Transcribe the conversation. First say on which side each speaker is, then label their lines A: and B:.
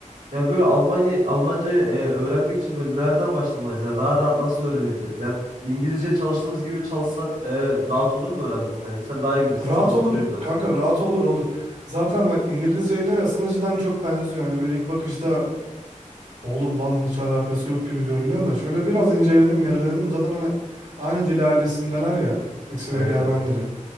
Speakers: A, on the right; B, on the right.
A: Ya böyle Almanya Almancayı e, öğrenmek için böyle nereden başlamalıyız? Ya daha rahat nasıl öğrenebiliriz? Yani İngilizce çalıştığımız gibi çalışsak e, rahat olur mu öğrenme sence? Sen daha iyi bilirsin.
B: Rahat
A: Sana soruyorum
B: olur
A: biraz.
B: kanka rahat olur olur. Zaten bak İngilizce ile aslında cidden çok benziyor. Hani böyle ilk bakışta oğlum lan hiç alakası yok gibi görünüyor da şöyle biraz inceledim dedim Zaten hani aynı dil ailesindeler ya. İkisi
A: Evet
B: de Germen
A: evet.
B: dili.